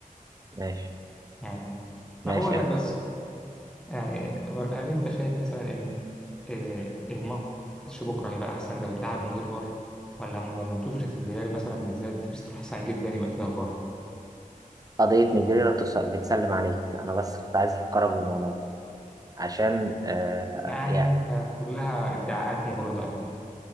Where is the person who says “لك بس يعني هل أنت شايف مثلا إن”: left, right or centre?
Centre